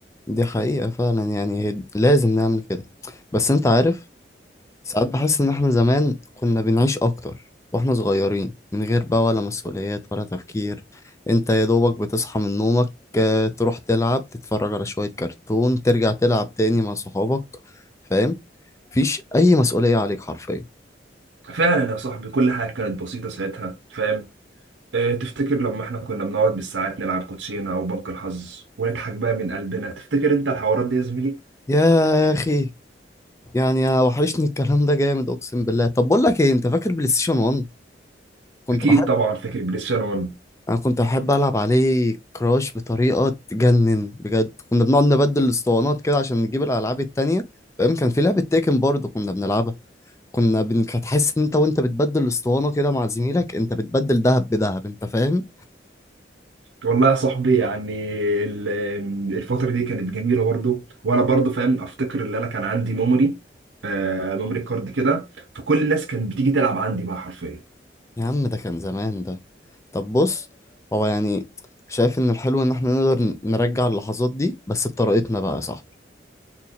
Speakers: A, on the left; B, on the right.
A: دي حقيقة فعلا يعني هي- لازم نعمل كده بس أنت عارف ساعات بحس إن إحنا زمان كنا بنعيش أكتر وإحنا صغيرين من غير بقى ولا مسؤوليات ولا تفكير أنت يا دوبك بتصحى من نومك آه، تروح تلعب تتفرج على شوية كرتون ترجع تلعب تاني مع صحابك فاهم مفيش أي مسؤولية عليك حرفيا
B: فعلا يا صاحبي كل حاجه كانت بسيطه ساعتها فاهم آه، تفتكر لما احنا كنا بنقعد بالساعات نلعب كوتشينه او بنك الحظ ونضحك بقى من قلبنا تفتكر انت الحوارات دي يا زميلي
A: يا يا أخي يعني وحشني الكلام ده جامد أقسم بالله طب بقول لك إيه أنت فاكر بلاي ستيشن 1 كنت
B: اكيد
A: بحب
B: طبعا فاكر بلاي ستيشن 1
A: انا كنت احب العب عليه كراش بطريقه تجنن بجد كنا بنقعد نبدل الاسطوانات كده عشان نجيب الالعاب التانية فاهم كان في لعبه تيكن برضه كنا بنلعبها كنا بن... هتحس ان انت وانت بتبدل الاسطوانه كده مع زميلك انت بتبدل دهب بدهب انت فاهم
B: والله يا صاحبي يعني ال- الفتره دي كانت جميله برضو وانا برضو فاهم افتكر ان انا كان عندي ميموري آه ميموري كارد كده فكل الناس كانت بتيجي تلعب عندي بقى حرفيا
A: يا عم ده كان زمان ده طب بص هو يعني شايف ان الحلو ان احنا نقدر ن- نرجع اللحظات دي بس بطريقتنا بقى صح